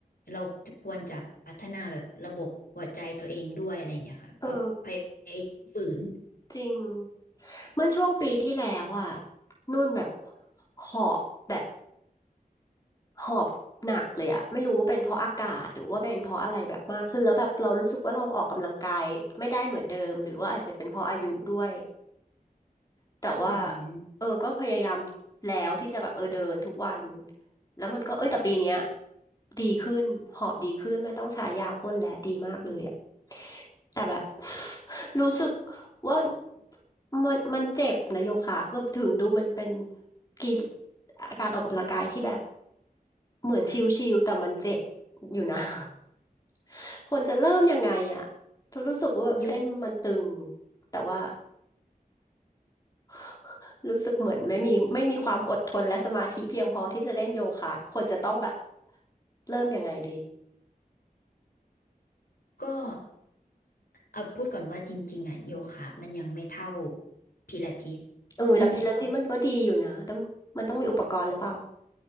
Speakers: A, on the left; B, on the left.
A: เราจะควรจะพัฒนาแบบระบบหัวใจตัวเองด้วยอะไรอย่างเงี้ยค่ะก็พยายามฝืน
B: เออจริงเมื่อช่วงปีที่แล้วอะนุ่นแบบหอบแบบ หอบหนักเลยอะไม่รู้ว่าเป็นเพราะอากาศหรือว่าเป็นเพราะอะไรแบบมากขึ้นแล้วแบบเรารู้สึกว่าเราออกกำลังกายไม่ได้เหมือนเดิมหรือว่าอาจจะเป็นเพราะอายุด้วยแต่ว่า
A: อืม
B: เออก็พยายามแล้วที่จะแบบเออเดินทุกวันแล้วมันก็เอ้ยแต่ปีเนี้ยดีขึ้นหอบดีขึ้นไม่ต้องใช้ยาพ่นแล้ดีมากเลยอะแต่แบบ <laughs> <sighs> รู้สึกว่ามันมันเจ็บนะโยคะเมื่อถึงดูมันเป็นกีฬาการออกกำลังกายที่แบบ เหมือนชิลๆแต่มันเจ็บอยู่นะ <laughs> ควรจะเริ่มยังไงอ่ะรู้สึกว่าแบบเส้นมันตึง
A: โย
B: แต่ว่า <laughs> รู้สึกเหมือนไม่มีไม่มีความอดทนและสมาธิเพียงพอที่จะเล่นโยคะควรจะต้องแบบเริ่มยังไงดี
A: ก็เอาพูดก่อนว่าจริงๆอ่ะโยคะมันยังไม่เท่าพิลาทิส
B: เออแต่พิลาทิสมันก็ดีอยู่นะแต่มันต้องมีอุปกรณ์หรือเปล่า
A: นี่ความ